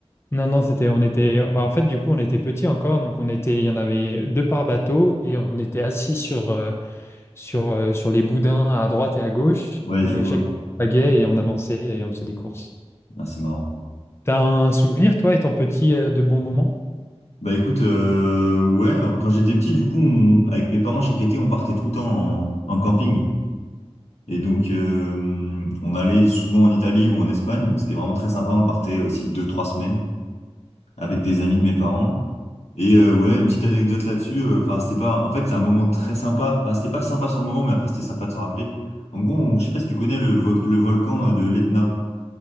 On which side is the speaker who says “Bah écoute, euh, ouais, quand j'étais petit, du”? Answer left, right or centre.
Left